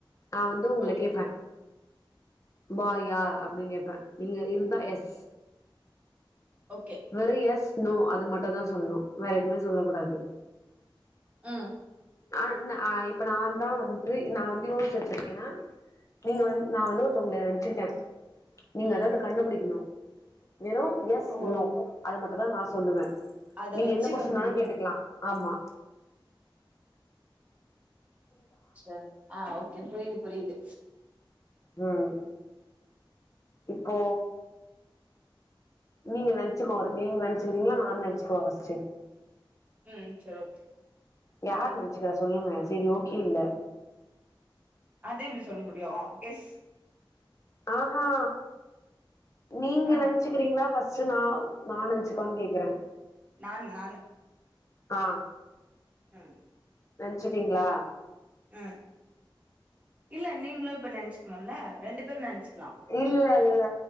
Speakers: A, on the left; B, on the right.
A: நா வந்து உங்கள
B: ம்
A: கேப்பே பாயா அப்டீனு கேப்பே நீங்க இருந்தா எஸ்
B: ஓகே
A: வெறும் எஸ் நோ அது மட்டும் தா சொல்ணோ வேற எதுவுமே சொல்லக் கூடாது
B: ம்
A: அ இன்ன அ இப்ப நா தா வந் இது நா வந்து யோசிச்சு வெச்சிருக்கேன்னா நீங்க வந் நா வந்து ஒருத்தவுங்கள நென்ச்சிருக்கே நீங்க
B: ம்
A: அதாவது கண்டுபிடிக்கணோ வெறோ எஸ்
B: ஓ
A: நோ அது மட்டு தா நா சொல்லுவ
B: அத
A: நீங்க
B: வச்சு
A: என்ன கொஸ்டின்னாலு
B: கண்டுபிடிக்கணு
A: கேட்டுக்கலா ஆம்மா
B: சரி அ ஓகே புரியுது புரியுது
A: உம் இப்போ நீங்க நென்ச்சுக்கோங்க நீங்க நென்ச்சுக்கிறீங்களா நானு நென்ச்சுக்குவா ஃபஸ்ட்டு
B: ம் சரி ஓகே
A: யாரு நென்ச்சுக்கிறா சொல்லுங்க செரி ஓகே இல்ல
B: அது எப்டி சொல்ல முடியோ கெஸ்
A: ஆஹா நீங்க
B: ஆ
A: நென்ச்சுக்கிறீங்களா ஃபஸ்ட் சேரி நா நா நென்ச்சுக்கவானு கேக்குறே
B: நானு நானு
A: அ
B: உம்
A: நென்ச்சீட்டீங்களா
B: ம் இல்ல நீங்களு இப்ப நென்ச்சுக்ணோல்ல ரெண்டு பேரு நென்ச்சு
A: இல்ல இல்ல